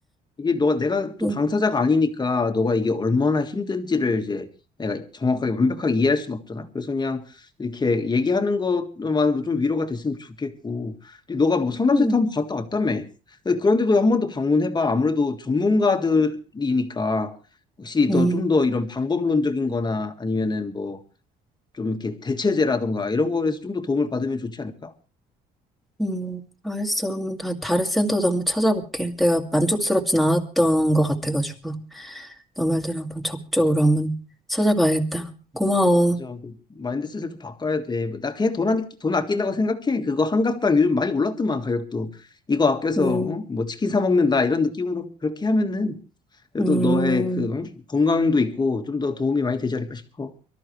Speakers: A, on the left; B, in the centre.
A: 이게 너 내가 또
B: 음,
A: 당사자가 아니니까 너가 이게 얼마나 힘든지를 이제 내가 정확하게 완벽하게 이해할 수는 없잖아. 그래서 그냥 이렇게 얘기하는 것만으로 좀 위로가 됐으면 좋겠고. 근데 너가 뭐 상담센터
B: 음,
A: 한번 갔다 왔다며. 근데 그런데도 한 번 더 방문해봐. 아무래도 전문가들이니까 혹시 더
B: 음,
A: 좀 더 이런 방법론적인 거나 아니면은 뭐 좀 이렇게 대체제라던가 이런 거에서 좀 더 도움을 받으면 좋지 않을까?
B: 음. 알았어. 한번 다, 다른 센터도 한번 찾아볼게. 내가 만족스럽진 않았던 것 같아가지고, 너 말대로 한번 적극적으로 한번 찾아봐야겠다. 고마워.
A: 그래서 그 마인드셋을 좀 바꿔야 돼. 뭐나 그냥 돈, 안, 돈 아낀다고 생각해. 그거 한 갑당 요즘 많이 올랐더만 가격도. 이거 아껴서
B: 음,
A: 어? 뭐 치킨 사 먹는다 이런 느낌으로 그렇게 하면은 그래도
B: 음,
A: 너의 그 응? 건강도 있고 좀 더 도움이 많이 되지 않을까 싶어.